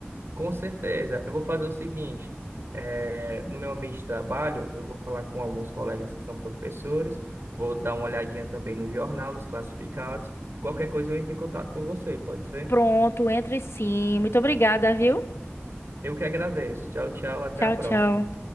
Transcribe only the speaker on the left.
Pronto, entre sim. Muito obrigada, viu?
Tchau,
tchau.